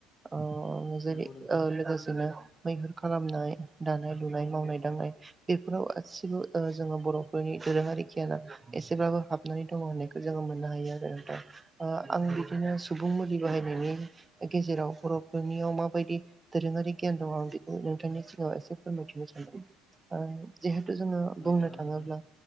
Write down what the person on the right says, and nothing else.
अ जेरै
ओ लोगोसेनो बैफोरख खालामनाय दानाय लुनाय मावनाय दांनाय बेफ <unintelligible> गासिबो ओ जोङो बरफोरनि दोरोङारि गियाना एसेब्लाबो हाबनानै दङ होननायखौ जोङो मोननो हायो आरो नोंथां ओ आं बिदिनो सुबुं मुलि बाहायनायनि गेजेराव बरफोरनियाव माबायदि दोरोङारि गियान दङ आं बेखौ नोंथांनि सिगाङाव एसे फोरमायथिनो सानदों ओ <unintelligible> जोङो
बुंनो थाङोब्ला